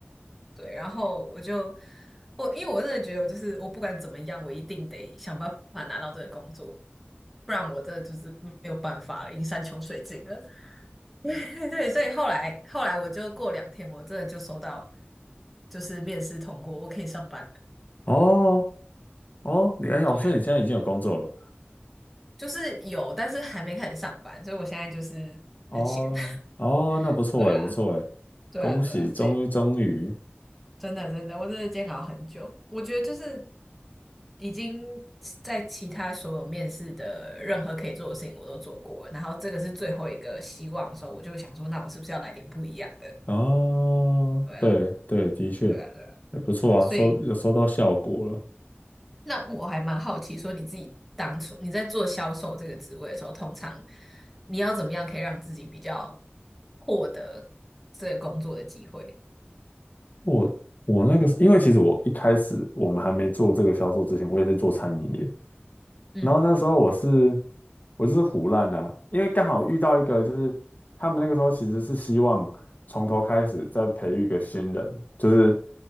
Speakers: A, in the centre; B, on the left (about 45°).
A: 对，然后我就我，因为我真的觉得，我就是我不管怎么样，我一定得想办法拿到这个工作，不然我真的就是没有办法了，已经山穷水尽了。<laughs> 对对所以后来后来我就过两天，我真的就收到，就是面试通过，我可以上班了。
B: 哦哦，你哎哦，
A: 对，
B: 所以你现在已经有工作了。
A: 就是有，但是还没开始上班，所以我现在就是很闲。
B: 哦哦，
A: <laughs>
B: 那不错哎，
A: 对啊，
B: 不错哎，
A: 对啊，
B: 恭喜，
A: 对啊，所以。
B: 终于终于。
A: 真的真的，我真的煎熬很久。我觉得就是已经在其他所有面试的任何可以做的事情我都做过了然后这个是最后一个希望的时候，我就想说，那我是不是要来点不一样的？
B: 哦，
A: 对啊，
B: 对对，的确，
A: 对啊，对啊，
B: 哎，不错啊，
A: 对啊。所以
B: 收有收到效果了。
A: 那我还蛮好奇，说你自己当初你在做销售这个职位的时候，通常你要怎么样可以让自己比较获得这个工作的机会？
B: 我我那个是因为其实我一开始我们还没做这个销售之前，我也是做餐饮业，
A: 嗯，
B: 然后那时候我是我就是胡乱的因为刚好遇到一个，就是他们那个时候其实是希望从头开始再培育一个新人，就是